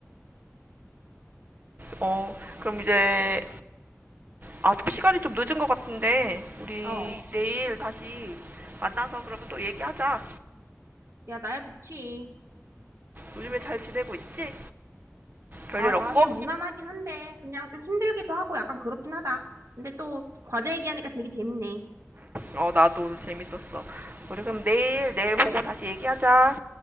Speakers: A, on the right (about 35°); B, on the right (about 70°).
A: 어, 그럼 이제, 아, 시간이 좀 늦은 것 같은데, 우리
B: 어,
A: 내일 다시 만나서 그러면 또 얘기하자.
B: 야, 나야 좋지.
A: 요즘에 잘 지내고 있지? 별일
B: 아,
A: 없고?
B: 좀 그냥 무난하긴 한데, 그냥 좀 힘들기도 하고 약간 그렇긴 하다. 근데 또 과제 얘기하니까 되게 재밌네.
A: 어, 나도 오늘 재밌었어. 우리 그럼 내일, 내일 보고 다시 얘기하자.